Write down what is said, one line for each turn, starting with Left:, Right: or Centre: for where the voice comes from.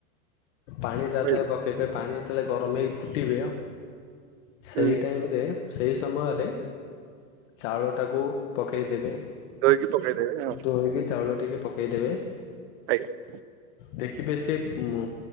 Left: ପାଣି ତା
Right: ହୁଁ
Left: ଦେହରେ ପକେଇବେ ପାଣି ଯେତେବେଳେ ଗରମ ହେଇକି ଫୁଟିବେ ସେଇ
Right: ହୁଁ।
Left: ଟାଇମ ରେ ସେଇ ସମୟରେ ଚାଉଳ ଟାକୁ ପକେଇଦେବେ
Right: ଧୋଇକି ପକେଇଦେବେ ହଁ
Left: ଧୋଇକି ଚାଉଳ ଟିକେ ପକେଇଦେବେ
Right: ଆଜ୍ଞା
Left: ଦେଖିବେ ସେ ଉ